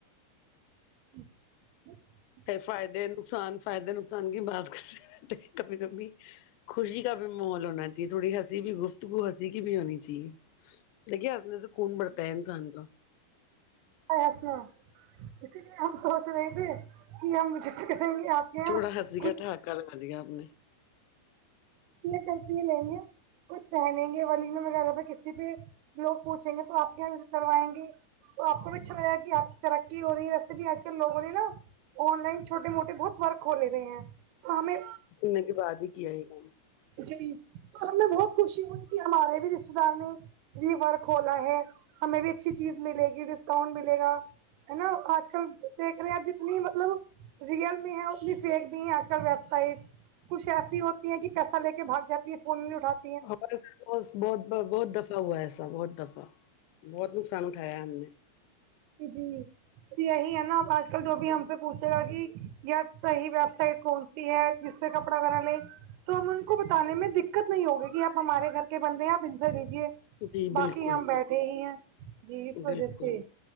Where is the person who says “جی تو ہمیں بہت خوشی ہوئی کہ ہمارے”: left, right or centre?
Right